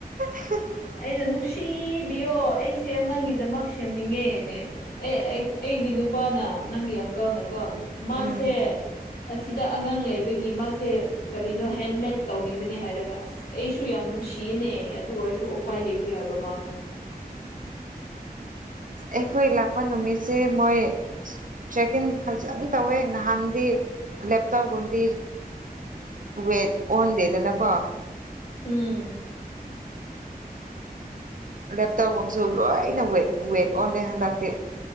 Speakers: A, on the right; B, on the left.
A: <inaudible>
B: ꯑꯩꯅ ꯅꯨꯡꯁꯤꯕꯤꯌꯣ ꯑꯩꯁꯦ ꯑꯉꯥꯡꯒꯤꯗꯃꯛ ꯁꯦꯝꯅꯤꯡꯉꯦꯅꯦ ꯑꯦꯒꯤ ꯅꯨꯄꯥꯅ ꯅꯪꯒꯤ ꯑꯪꯀꯜꯅ ꯀꯣ ꯃꯥꯁꯦ
A: ꯎꯝ
B: ꯑꯁꯤꯗ ꯑꯉꯥꯡ ꯂꯩꯕꯒꯤ ꯃꯥꯁꯦ ꯀꯔꯤꯅꯣ ꯍꯦꯟꯃꯦꯗ ꯇꯧꯅꯤꯡꯕꯅꯦ ꯍꯥꯏꯔꯒ ꯑꯁ ꯑꯩꯁꯨ ꯌꯥꯝ ꯅꯨꯡꯁꯤꯌꯦꯅꯦ ꯑꯗꯨ ꯑꯣꯏꯔꯁꯨ ꯎꯄꯥꯏ ꯂꯩꯇꯦ ꯍꯥꯏꯕ ꯃꯥꯁꯨ
A: ꯑꯦꯈꯣꯏ ꯏꯂꯀꯅ ꯅꯃꯤꯁ ꯃꯣꯏ ꯆꯦꯛ ꯏꯟ ꯐꯖꯅ ꯇꯧꯋꯦ ꯅꯍꯥꯟꯗꯤ ꯂꯦꯞꯇꯣꯞꯒꯨꯝꯗꯤ ꯍꯦ ꯑꯣꯟꯗꯦꯗꯅ ꯀꯣ
B: ꯎꯝ
A: ꯂꯦꯞꯇꯣꯞꯒꯨꯝꯕꯁꯨ ꯂꯣꯏꯅ ꯋ ꯋꯦꯠ ꯑꯣꯟꯂꯦ ꯍꯟꯗꯛꯇꯤ